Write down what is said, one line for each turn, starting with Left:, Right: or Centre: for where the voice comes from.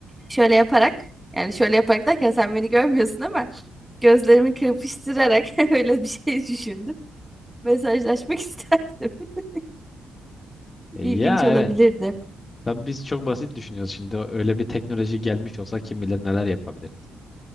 Centre: şöyle yaparak yani şöyle yaparak derken sen beni görmüyorsun ama gözlerimi kırpıştırarak <laughs> öyle bir şey düşündüm. Mesajlaşmak isterdim. <laughs>
Left: E,
Centre: İlginç
Left: Ya
Centre: olabilirdi.
Left: evet. Tabii biz çok basit düşünüyoruz şimdi. Öyle bir teknoloji gelmiş olsa kim bilir neler yapabiliriz.